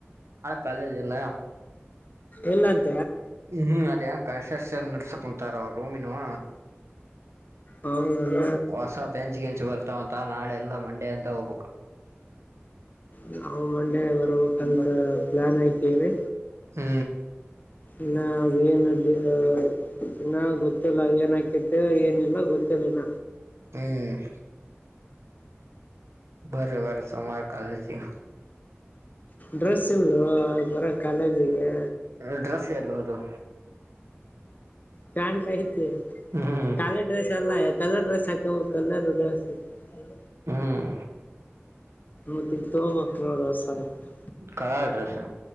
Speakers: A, on the right; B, on the left.
A: ಕಾಲೇಜಲ್ಲ
B: ಇಲ್ಲ <unintelligible>
A: ಹ್ಮ್ ಅದೇನ್ ಕನ್ಟ್ರಕ್ಷನ್ ನಡ್ಸ ಕುಂತಾರ ಅವ್ ರೂಮಿನವ
B: ಹೌದಲ್ಲ
A: ಹೊಸ ಬೆಂಚ್ ಗಿಂಚ್ ಬರ್ತಾವಂತ ನಾಳೆ ಎಲ್ಲಾ ಮಂಡೇ ಹೋಗ್ಬೇಕು.
B: ನಾವು ಮಂಡೆ ಬರ್ಬೇಕಂದ್ರ ಪ್ಲಾನ್ ಆಕೆ ರಿ
A: ಹ್ಮ್
B: ಇನ್ನ ಏನದಿಯ ಇನ್ನ ಗೊತ್ತಿಲ್ಲ ಏನ್ ಆಕೆತಿ ಏನಿಲ್ಲ ಗೊತ್ತಿಲ್ಲ ಇನ
A: ಹ್ಮ್ ಬರ್ರಿ ಬರ್ರಿ ಸೋಮವಾರ ಕಾಲೇಜ್ಗ.
B: ಡ್ರೆಸ್ ಇಲ್ಲೂ ಬರಕ್ ಕಾಲೇಜಿಗೆ.
A: ಎರಡ್ಡ್ರಸ್ ಎಲ್ಹೋದ್ವು
B: ಪ್ಯಾಂಟ್ ಐತಿ
A: ಹ್ಮ್
B: ಕಾಲೇಜ್ ಡ್ರೆಸ್ ಎಲ್ಲ ಕಲರ್ ಡ್ರೆಸ್ ಹಾಕಬೇಕು <unintelligible> ಹಲೋ
A: ಹ್ಮ್
B: ಮತ್ತಿಗ್ ತಗೊಬೇಕ್ ನೋಡ್ ಹೊಸ ದ್ --
A: ಕಲರ್ ಡ್ರೆಸ್ಸ